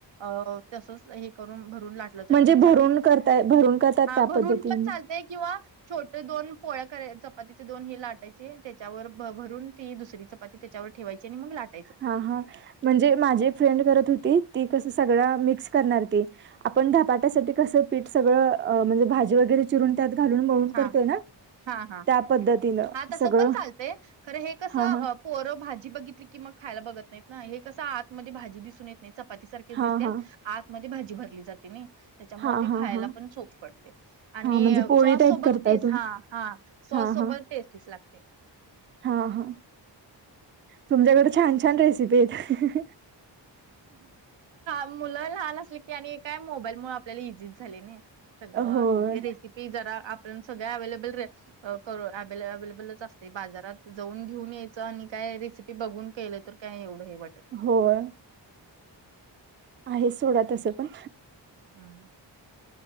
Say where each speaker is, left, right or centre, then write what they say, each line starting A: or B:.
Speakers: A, on the right; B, on the right.
A: अ तसच हे करून भरून लाटलं तरी
B: म्हणजे
A: पण
B: भरून
A: चालते
B: करताय भरून करतात
A: हा
B: त्या
A: भरून
B: पद्धतीने
A: पण चालते किंवा छोटे दोन पोळ्या करे चपातीचे दोन हे लाटायचे त्याच्यावर भ भरून ती दुसरी च चपाती त्याच्यावर ठेवायची आणि मग लाट
B: हा हा म्हणजे माझी एक फ्रेंड करत होती ती कसं सगळ्या मिक्स करणार ती आपण धापाट्यासाठी कसं पीठ सगळं अ म्हणजे भाजी वगैरे चिरून त्यात घालून मळून
A: हा
B: करतोय ना.
A: हा हा
B: त्या पद्धतीनं
A: हा तसं
B: सगळं
A: पण चालतय खरं हे कसं
B: हा हा
A: अ पोरं भाजी बघितली की मग खायला बघत नाहीत ना हे कसं आतमध्ये भाजी दिसून येत नाही चपाती सारखेच
B: हा
A: दिसते
B: हा
A: आतमध्ये भाजी भरली जाते नी. त्याच्यामुळे
B: हा
A: ते
B: हा
A: खायला
B: हा
A: पण चोख पडते आणि
B: हा म्हणजे पोळी
A: सॉस
B: टाईप
A: सोबत
B: करताय
A: टेस
B: तुम्ही
A: हा हा सॉस
B: हा
A: सोबत
B: हा
A: टेस्टीच लागते.
B: हा हा तुमच्याकडे छान-छान रेसिपी आहेत.
A: मुलं लहान असली की आणि काय मोबाईल मूळं आपल्याला इझीच झाले ना सगळं
B: होय
A: रेसिपी की जरा आपण सगळ्या अवलेबल र अ कर अवलेबलच असते बाजारात. जाऊन घेऊन यायचं आणि काय रेसिपी बघून केलं तर काय एवढं हे वाट
B: होय. आहे सोडा तसं पण
A: हम्म.